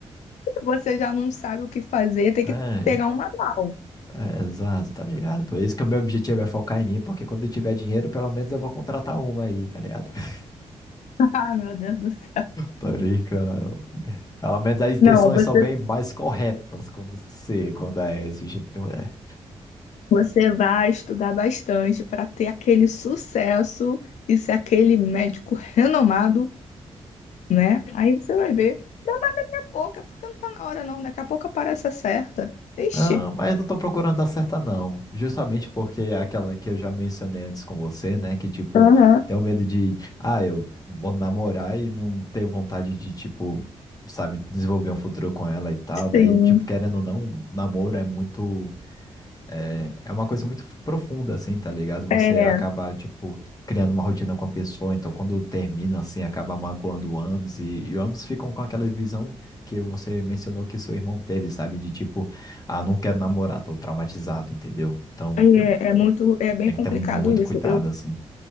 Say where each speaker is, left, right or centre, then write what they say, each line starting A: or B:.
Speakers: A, on the left; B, on the left.
A: Você já não sabe o que fazer, tem
B: É,
A: que pegar um manual.
B: É, exato, tá ligado? Por isso que o meu objetivo é focar em mim, porque quando eu tiver dinheiro, pelo menos eu vou contratar uma aí, tá ligado? <laughs>
A: <laughs> Ah, meu Deus do céu.
B: Tô brincando. Pelo menos as intenções
A: Não, você,
B: são bem mais corretas quando você, quando é esse tipo, é.
A: você vai estudar bastante para ter aquele sucesso e ser aquele médico renomado, né? Aí você vai ver. Daqui a pouco, é porque não tá na hora, não. Daqui a pouco aparece a certa. Ixi.
B: Não, mas não tô procurando dar certa, não. Justamente porque é aquela que eu já mencionei antes com você, né? Que, tipo,
A: Aham,
B: tenho medo de, ah, eu vou namorar e não ter vontade de, tipo, sabe, desenvolver um futuro com ela e tal. Daí,
A: Sim.
B: tipo, querendo ou não, namoro é muito. É, é uma coisa muito profunda, assim, tá ligado? Você
A: É,
B: acaba, tipo, criando uma rotina com a pessoa, então quando termina, assim, acaba magoando ambos, e, e ambos ficam com aquela visão que você mencionou que seu irmão teve, sabe? De tipo, ah, não quero namorar, tô traumatizado, entendeu? Então,
A: é,
B: eu
A: é muito, é bem
B: tenho
A: complicado
B: que ter muito
A: isso.
B: cuidado,
A: Eu
B: assim.